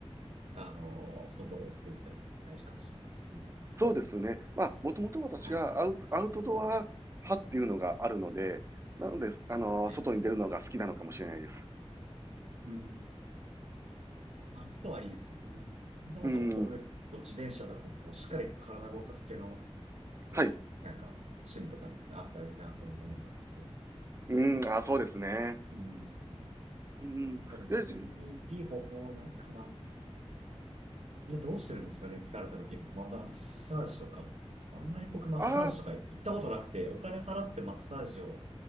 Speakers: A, on the right; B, on the right.
A: う、あの、コントロールするのが大事かもしれないですね。
B: そうですね。まあ、もともと私がアウト、
A: はい。
B: アウトドア派っていうのがあるので、
A: うん。
B: なので、あのー外に出るのが好きなのかもしれないです。
A: はい。うん。あ、あとはいいですよね。本当なんか僕、
B: うん。
A: こう自転車とか、こう、しっかり体を動かす系のこう、
B: はい。
A: なんか、趣味とかにですねあったらいいなと思うんですけど。
B: うん。あ、そうですね。
A: うん。
B: うん。
A: なんかでも他にいい方法ないかな。
B: で、じ
A: 今どうしてるんですかね、疲れた時は。まあ、マッサージとか。あんまり僕マッサージとか行ったことなくて、
B: あ
A: お金払ってマッサージを、